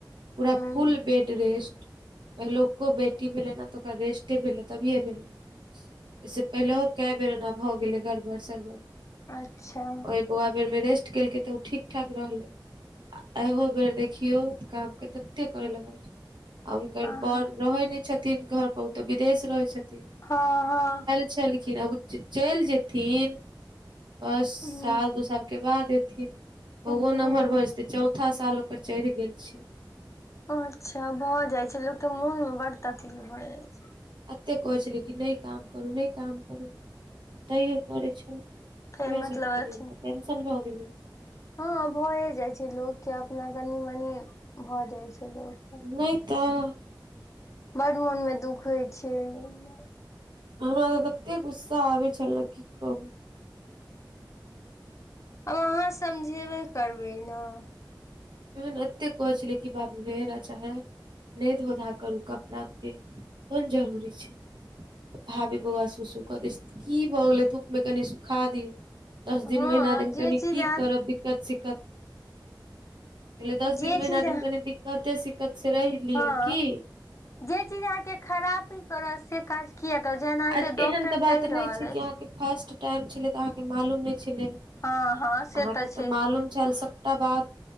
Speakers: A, on the right (about 70°); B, on the left (about 40°).
A: पूरा
B: हूँ
A: फुल बेड रेस्ट पहिलो बेटी भेले ने तऽ ओकरा रेस्टे भेले तभिए भेले एहिसे पहिले कए बेर एना भऽ गेलै गड़बड़ सड़बड़
B: अच्छा
A: ओहि बौआ बेर मे रेस्ट केलकै तऽ ओ ठीक ठाक रहलै आ एहो बेर देखियौ काम के ततेक करय लगलखिन ना आ हुनकर
B: हँ
A: बर रहै नहि छथिन घर पर ओ तऽ विदेश रहै छथिन
B: हाँ हाँ
A: छेलखिन आब ओ जे चलि जेथिन बस
B: हूँ
A: साल दू साल के बाद एथिन बउओ
B: हूँ
A: नम्हर भऽ जेतै चौथा साल ओकर चढ़ि गेल छै
B: अच्छा भऽ जाय छै लोक के मोनमे बड्ड तकलीफ भए जाइ छै
A: एतेक कहै छेलियै कि नहि काम करू नहि काम करू तैयो करै छेलखिन
B: फेर
A: वैह
B: मतलब
A: सबके कनी
B: अथी
A: हुनका टेन्शन भऽ गेलै
B: हँ भए जाइ छै लोकके अपना कनी मनी भऽ जाइ छै लोक केँ
A: नै तऽ
B: बड्ड मौनमे दुख होइ छै ओना
A: हमरा तऽ ततेक गुस्सा आबै छलै की कहू
B: आब अहाँ समझेबे करबै नऽ
A: ओहे नऽ एते कहै छेलियै कि बाबू हे राजा हे नै धो धा करू कपड़ा एतै कोन जरूरी छै तऽ भाभी बौआ सुसू कऽ दै छै तऽ की भऽ गेलै धूप मे कनि सुखा दियौ दस दिन
B: हँ
A: महिना दिन
B: जे
A: कनि
B: चीज
A: की
B: अहाँ
A: करब दिक्कत सिक्कत कहलियै दस
B: जे
A: दिन महिना
B: चीज
A: दिन कनि दिक्कते सिक्कत से रहि
B: हँ
A: लिय की
B: जे चीज अहाँ के खरापी करत से काज किए करत जेहन अहाँ
A: आ
B: के डॉक्टर
A: एहन तऽ बात
B: कहि
A: नहि
B: रहल
A: छै
B: अछि
A: कि अहाँके फर्स्ट टाइम छेलै तऽ अहाँ के मालूम नहि छेलै
B: हँ हँ से
A: अहाँ के
B: छैहे
A: तऽ मालूम छेल सबटा बात